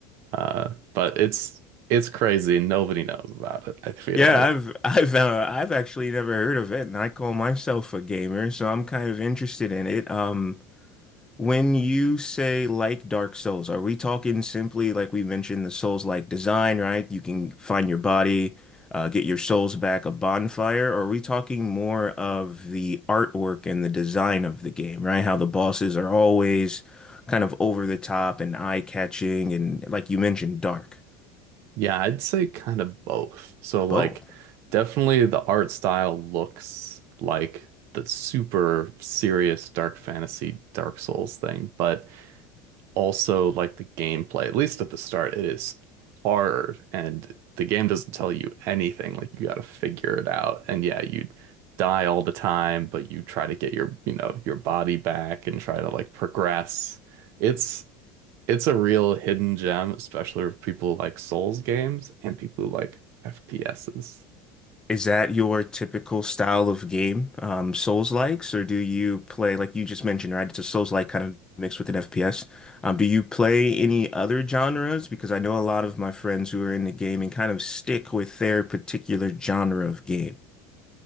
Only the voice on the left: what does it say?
<laughs>
yeah,
I've I've uh, I've actually never heard of it, and I call myself a gamer, so I'm kind of interested in it. Um, When you say like Dark Souls, are we talking simply like we mentioned the Souls-like design, right? You can find your body, uh, get your souls back, a bonfire, or are we talking more of the artwork and the design of the game, right? How the bosses are always kind of over the top and eye-catching and like you mentioned, dark.
Both.
Is that your typical style of game, um, Souls-likes, or do you play, like you just mentioned, right? It's a Souls-like kind of mixed with an FPS. Um, do you play any other genres? Because I know a lot of my friends who are in the gaming kind of stick with their particular genre of game.